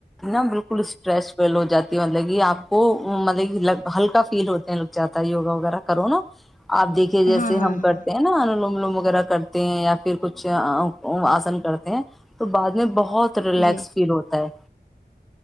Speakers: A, in the centre; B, on the left.
A: نا بالکل اسٹریس فل ہو جاتی ہے مطلب کہ آپ کو مطلب ہلکا فیل ہوتے ہیں لگ جاتا ہے یوگا وغیرہ کرو نا آپ دیکھیے
B: ہاں
A: جیسے
B: ہاں
A: ہم
B: ہاں
A: کرتے ہیں نا ان لوم لوم وغیرہ کرتے ہیں یا پھر کچھ آسن کرتے ہیں تو بعد میں بہت بہت ریلیکس
B: جی
A: فیل ہوتا ہے